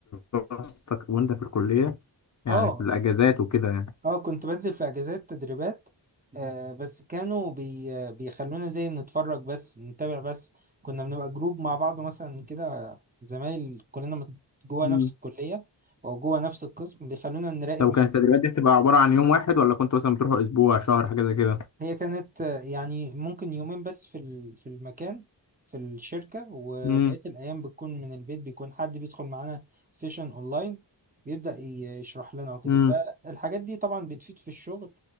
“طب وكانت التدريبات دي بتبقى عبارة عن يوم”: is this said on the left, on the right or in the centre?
Left